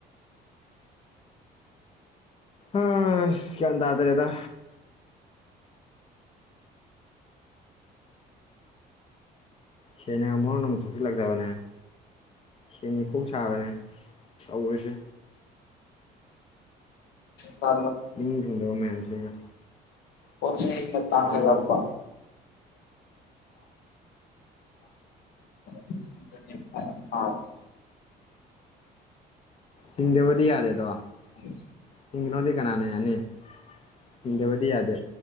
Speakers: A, on the left; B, on the left.
A: ꯑ ꯁꯤꯂꯗ꯭ꯔꯦꯗ ꯁꯦꯡꯅ ꯃꯣꯔꯣꯟ ꯑꯃꯨ ꯊꯣꯛꯆꯜꯂꯛꯇꯕꯅꯦ ꯁꯦꯅꯤꯀꯧ ꯁꯥꯕꯅꯦ ꯇꯔꯁꯤ
B: ꯕ
A: ꯅꯤꯡ ꯊꯤꯡꯗꯕ ꯃꯌꯥꯝꯁꯤꯒ
B: ꯄꯆ ꯇ
A: ꯎꯝ
B: ꯈ ꯂꯥꯛꯄ <unintelligible> ꯑ
A: ꯍꯤꯡꯗꯦꯕꯗꯤ ꯌꯥꯗꯦꯗꯣ
B: ꯎꯝ
A: ꯍꯤꯡꯈꯅꯣꯗꯤ ꯀꯅꯥꯅ ꯌꯥꯅꯤ ꯍꯤꯡꯗꯕꯗꯤ ꯌꯥꯗꯦ